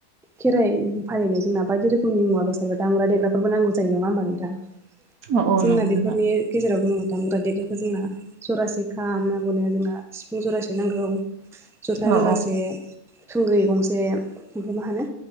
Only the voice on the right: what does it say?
औ औ
नोंथां
औ